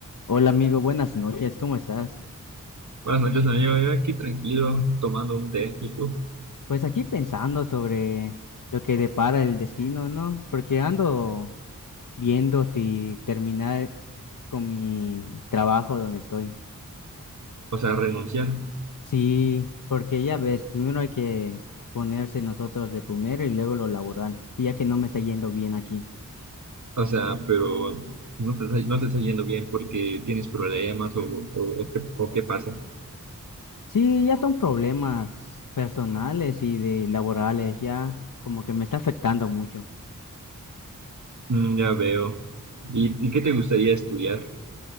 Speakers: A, on the left (about 65°); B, on the right (about 60°).
A: Hola amigo, buenas noches, ¿cómo estás?
B: Buenas noches, amigo. Yo aquí tranquilo, tomando un té, ¿y tú?
A: Pues aquí pensando sobre lo que depara el destino, ¿no? Porque ando viendo si terminar con mi trabajo donde estoy.
B: O sea, renunciar.
A: Sí, porque ya ves, primero hay que ponerse nosotros de primero y luego lo laboral, y ya que no me está yendo bien aquí.
B: O sea, pero no te, está- no te está yendo bien porque tienes problemas o, o, o qué, o qué pasa.
A: Sí, ya son problemas personales y de laborales, ya como que me está afectando mucho.
B: Mm, ya veo. ¿Y, y qué te gustaría estudiar?